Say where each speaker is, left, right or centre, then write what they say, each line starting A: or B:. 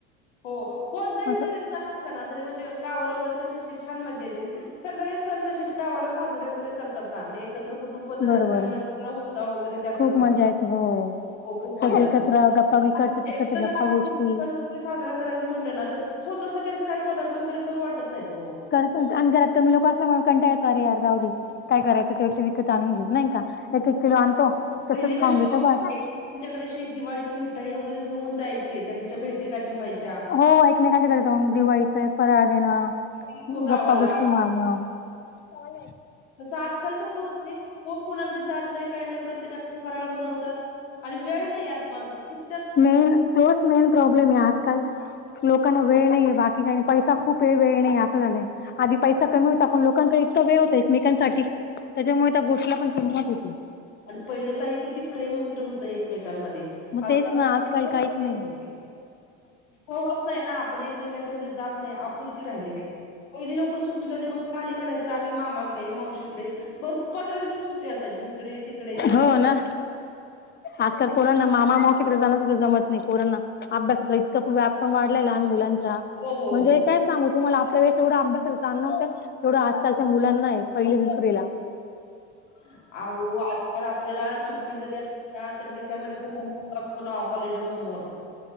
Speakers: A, on the left (about 75°); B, on the left (about 30°).
A: हो कोणता ही
B: असं.
A: जरी सन असला, तरी म्हणजे गावाला वगैरे कशी अशी छान म्हणजे येते. सगळे सण कसे गावाला साजरे वगैरे, करतात ना एकत्रकुटुंब. खुप पद्धती
B: बरोबर
A: असल्यामुळे
B: आहे.
A: त्यांना, उत्साह वगैरे जास्त
B: खूप
A: असतो.
B: मजा येते हो
A: हो खुप मज्जा
B: सगळे एकत्र
A: असते
B: गप्पा
A: ‌ <unintelligible>
B: इकडच्या तिकडच्या गप्पा गोष्टी
A: साजरा करायच म्हणटलं ना तर, स्वतःसाठी असं काही पदार्थ वगैरे करू वाटत नाही ओ.
B: कारण अन घरात कमी लोकं, असं कंटाळत अरे यार जावू दे. काय करायचं तेच्या, विकत आणून घेऊ नाही का. एक एक किलो आणतो, तसंच
A: पहिले कशी
B: खाऊन घेतो
A: लोक
B: बस.
A: त्यांच्याकडे अशी दिवाळीची मि ताई वगैरे घेऊन जायचीचे, त्यांच्या भेटी काठी व्हायची.
B: हो एकमेकांच्या घरी जाऊन दिवाळीचा, फराळ देणं
A: लोक गावाला
B: गप्पा गोष्टी मारणं. चालेल..
A: तसं आज काल कसं होते. कोण कोणाकडे जात नाही काही नाही प्रत्येकाला फराळ बनवतात आणि वेळ नाही आत माझा सुट
B: मेन तोच मेन प्रॉब्लेम आहे. आजकाल. लोकांना वेळ नाहीे बाकी काही नाही पैसा खूप आहे वेळ नाही असं झालंय. आधी पैसा कमी होता. पण, लोकांकडे इतका वेळ होता एकमेकांसाठी. त्याच्यामुळे त्या, गोष्टीला पण किंमत होती.
A: आणि पहिलं ताई किती? प्रेम वगैरे होतं एकमेकांमध्ये. <unintelligible>
B: मग तेच ना आजकाल काहीच नाही
A: नाही ना आपण एकमेकांच्याकडे जात नाही आपुलकी राहिली नाही. पहिली लोकं सुट्टीला दिवस दिवाळीला आले का? नाही तर आम्ही मामाकडे, मावशीकडे. भरपूर पंधरा दिवस सुट्टी असायची. इकडे, तिकडे या सुद्धा.
B: हो ना आजकाल पोरांना मामा मावशीकडे जाणच्या जमत नाही पोरांना. अभ्यासाचा इतका व्याप पण वाढलाय लहान मुलांचा
A: हो हो
B: म्हणजे
A: हो
B: काय सांगू तुम्हाला आपल्या वेळेस तेवढा अभ्यासचा ताण नव्हतं ऐवढं आजकालच्या मुलांना आहे पहिले दुसरिला.
A: अहो. आजकाल आपल्याला सुट्टी जरी असली. त्या तरी त्याच्यामध्ये तो होमवर्क असतो ना हॉलिडे होमवर्क.